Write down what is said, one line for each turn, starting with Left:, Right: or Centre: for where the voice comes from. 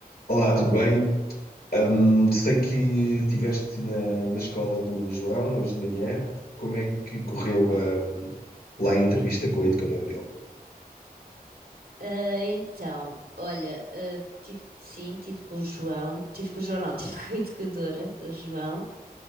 Left: Olá, tudo bem? Hum, sei que estiveste na, na escola do João hoje de manhã. Como é que correu, hum, lá a entrevista com a educadora dele?
Right: Ah, então, olha, ah, tive, sim, tive com o João, tive com o João, não, <laughs> tive com a educadora do João,